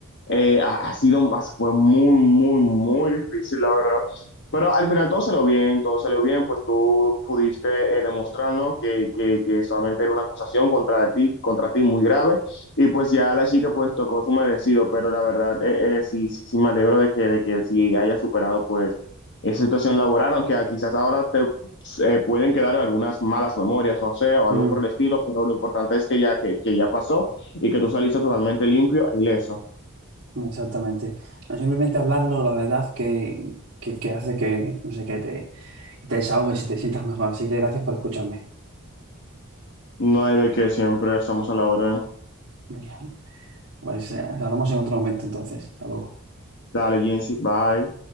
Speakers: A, on the left (about 55°); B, on the right (about 55°).
A: Eh, ha, ha sido, fue muy, muy, muy difícil, la verdad. Pero al final todo salió bien, todo salió bien, pues tú pudiste eh, demostrarnos que, que, que solamente era una acusación contra ti, contra ti muy grave, y pues ya la chica pues tocó su merecido, pero la verdad eh, eh, sí, sí sí me alegro de que, de que sí haya superado pues esa situación laboral, aunque ah, quizás ahora te eh, pueden quedar algunas malas memorias, no sé, o
B: Mm.
A: algo por el estilo, pero lo importante es que ya, que, que ya pasó y que tú saliste totalmente limpio e ileso.
B: Exactamente. No simplemente hablarlo, la verdad que, que, que hace que, no sé, que te, que te desahogues y te sientas mejor. Así que gracias por escucharme.
A: No hay de que siempre estamos a la orden.
B: Venga, Pues eh, hablamos en otro momento entonces. Hasta luego.
A: Dale, Jensi, bye.